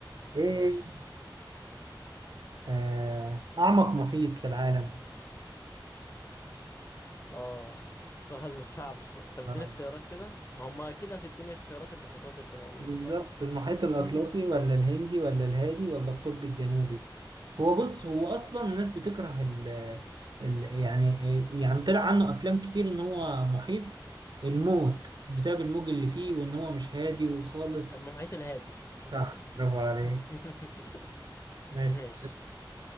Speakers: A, on the right; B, on the left.
A: ايه
B: ماشي
A: آه اعمق محيط في العالم
B: اه السؤال ده صعب شوية طب اديني
A: آه.
B: اختيارات كده ما هم اكيد هتديني اختيارات المحيطات اللي موجودة
A: بالظبط
B: صح
A: المحيط
B: <laughs>
A: الاطلسي ولا الهندي ولا الهادي ولا القطب الجنوبي هو بص هو اصلا الناس بتكره ال ال يعني يعني طلع عنه افلام كتير ان هو محيط الموت بسبب الموج اللي فيه وان هو مش هادي وخالص
B: المحيط الهادي المحيط
A: صح
B: الهادي
A: برافو عليك
B: <laughs>
A: ماشي
B: ماشي